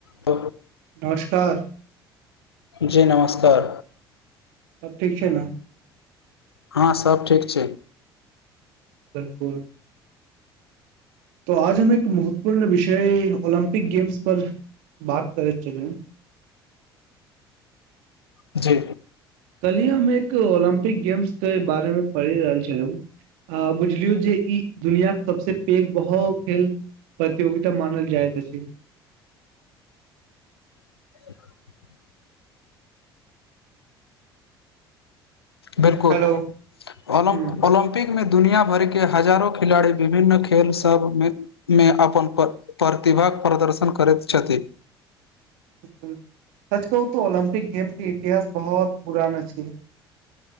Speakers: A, on the left; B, on the right.
A: त
B: नमस्कार
A: जी नमस्कार
B: सब ठीक छै ने
A: हँ सब ठीक छै
B: बिलकुल त आज हम एक महत्वपूर्ण विषय ओलम्पिक गेम्स पर बात करे चले
A: जी
B: कहलियी हम एक ओलम्पिक गेम्स के बारे मे पढ़ि रहल छलहुँ अ बुझलियौ जे ई दुनियाक सबसे पैघ बहु खेल प्रतियोगिता मानल जाइ त से
A: ह <unintelligible> <unintelligible> बिलकुल
B: हेलो
A: ओलम्प
B: ह
A: ओलम्प म्पिक मे दुनिया भर के हजारो खेलाड़ी विभिन्न खेल सबमे मे अपन प्रतिभाक प्रदर्शन करैत छथि
B: सच कहू तऽ ऑलम्पिक गेम के इतिहास बहुत पुराना छै